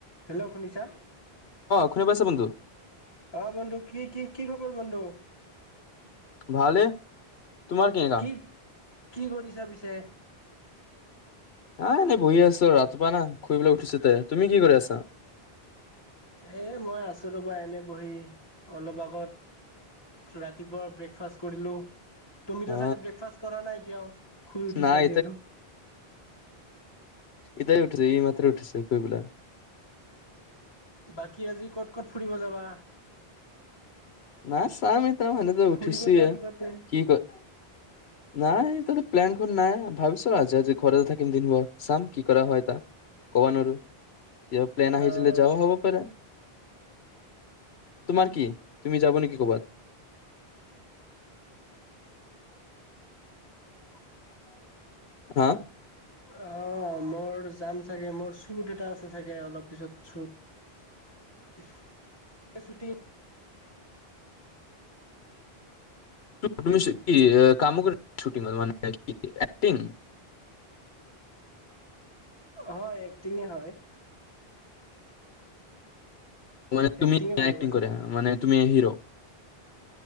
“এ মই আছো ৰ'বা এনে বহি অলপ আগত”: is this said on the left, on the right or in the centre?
Left